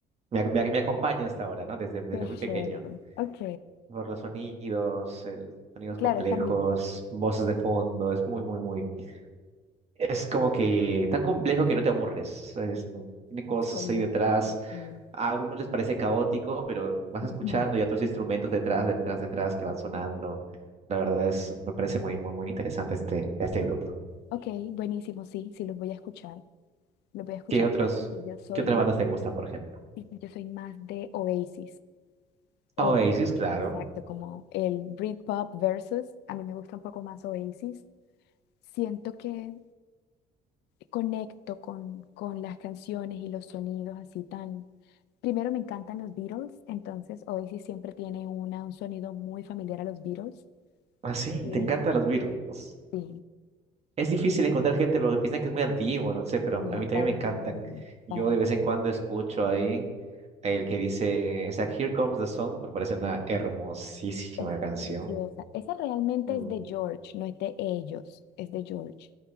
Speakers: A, on the right; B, on the left.
A: me, ac- me me acompaña hasta ahora, ¿no? Desde, desde
B: Qué
A: muy
B: chévere.
A: pequeño.
B: Ok.
A: Por los sonidos, el- sonidos
B: Claro,
A: complejos,
B: es familiar.
A: voces de fondo, es muy, muy, muy. Es como que tan complejo que no te aburres. es- Tiene cosas
B: Excelente
A: ahí detrás.
B: definición.
A: A algunos les parece caótico, pero vas
B: <laughs>
A: escuchando y otros instrumentos detrás, detrás, detrás que van sonando. La verdad es, me parece muy, muy, muy interesante este, este grupo.
B: Ok, buenísimo, sí, sí los voy a escuchar. Los voy a escuchar
A: ¿Qué otros,
B: porque yo soy
A: qué otras
B: más,
A: bandas te gustan, por ejemplo?
B: sí, yo soy más de Oasis. Oasis,
A: Oasis, claro.
B: exacto, como el Britpop versus, a mí me gusta un poco más Oasis. Siento que conecto con, con las canciones y los sonidos así tan... Primero me encantan los Beatles, entonces Oasis siempre tiene una, un sonido muy familiar a los Beatles.
A: Ah, sí,
B: Eh,
A: te encantan los Beatles.
B: sí,
A: Es difícil encontrar gente porque piensan que es muy antiguo, no sé, pero
B: no,
A: a mí también
B: para
A: me encantan.
B: mí,
A: Yo
B: para
A: de
B: mí.
A: vez en cuando escucho ahí el que dice, o sea, Here Comes the Sun, me parece una hermosísima
B: Es
A: canción.
B: preciosa. Esa realmente
A: Mm.
B: es de George, no es de ellos, es de George,